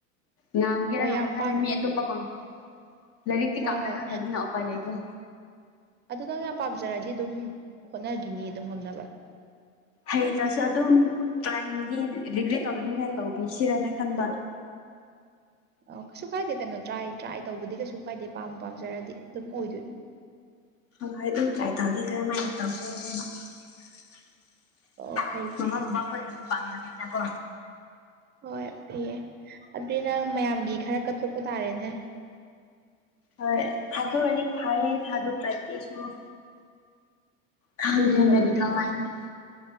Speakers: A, on the left; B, on the right.
A: ꯉꯝꯒꯦꯔꯥ
B: ꯍꯣꯏ
A: ꯉꯝꯃꯣꯗ
B: ꯌꯥꯝ
A: ꯈꯪꯗꯦ
B: ꯄꯥꯝ
A: ꯃꯤ ꯑꯇꯣꯞꯄꯒꯨꯝ ꯂꯥꯏꯔꯤꯛꯇꯤ
B: ꯍꯣꯏ
A: ꯀꯦꯝꯗ ꯈꯪꯗꯕꯅꯤꯅ ꯎꯄꯥꯏ ꯂꯩꯇ꯭ꯔꯦ
B: ꯑꯗꯨ ꯅꯪ ꯌꯥꯝ ꯄꯥꯝꯖꯔꯗꯤ ꯑꯗꯨꯝ ꯍꯣꯠꯅꯒꯤꯅꯤ ꯑꯗꯨꯝ ꯉꯝꯅꯕ
A: ꯍꯩꯇ꯭ꯔꯁꯨ ꯑꯗꯨꯝ ꯇ꯭ꯔꯥꯏꯅꯗꯤ ꯔꯤꯒ꯭ꯔꯦꯠ ꯇꯧꯗꯅꯤꯡꯉꯥꯏ ꯇꯧꯕꯤꯁꯤꯔꯅ ꯈꯟꯕ
B: ꯑꯧ ꯀꯩꯁꯨ ꯀꯥꯏꯗꯦ ꯀꯩꯅꯣ ꯇ꯭ꯔꯥꯏ ꯇ꯭ꯔꯥꯏ ꯇꯧꯕꯗꯤ ꯀꯩꯁꯨ ꯀꯥꯏꯗꯦ ꯄꯥꯝꯕꯨ ꯄꯥꯝꯖꯔꯗꯤ ꯑꯗꯨꯝ ꯑꯣꯏꯗꯣꯏꯅꯤ
A: <unintelligible>
B: ꯑꯣ ꯐꯩ ꯐꯩ
A: ꯃꯃꯥ ꯕꯕꯥ ꯍꯣꯏꯅꯁꯨ ꯄꯥꯝꯖꯕꯅꯤꯅꯥ ꯀꯣ
B: ꯍꯣꯏ ꯐꯩꯌꯦ ꯑꯗꯨꯗꯤ ꯅꯪ ꯃꯌꯥꯝꯒꯤ ꯈꯔ ꯀꯠꯊꯣꯛꯄ ꯇꯥꯔꯦꯅꯦ
A: ꯍꯣꯏ ꯊꯥꯗꯣꯛꯑꯗꯤ ꯐꯩꯌꯦ ꯊꯥꯗꯣꯛꯇ꯭ꯔꯗꯤ ꯑꯩꯁꯨ
B: <inaudible>
A: ꯈꯪꯗ꯭ꯔꯦ
B: ꯊꯕꯛꯇꯨꯗꯤ
A: ꯃꯦꯗꯤꯀꯦꯜ ꯂꯥꯏꯟꯗꯤ